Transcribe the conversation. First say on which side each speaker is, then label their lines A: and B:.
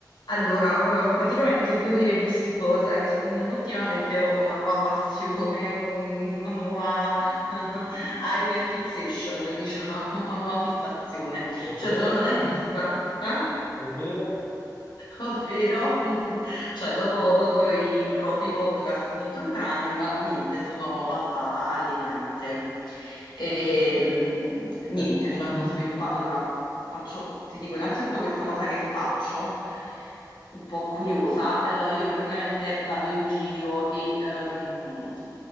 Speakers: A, on the left (about 85°); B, on the left (about 30°).
A: Allora, eh, praticamente ti devo dire questa <laughs> cosa, che mm, ultimamente ho una nuova passione, un- una nuova <laughs> hyperfixation, diciamo, una nuova fissazione.
B: Ovvero?
A: Cioè, sono andata in festa, eh?
B: Ovvero?
A: Ovvero, <laughs> cioè, dopo, dopo i, pro- i podcast di True Crime, niente, sono passata alle piante. E, mh, niente,
B: Eh,
A: cioè, ho sviluppato. Allora, faccio, ti dico innanzitutto questa cosa che faccio, un po' curiosa. eh, io praticamente vado in giro e ehm,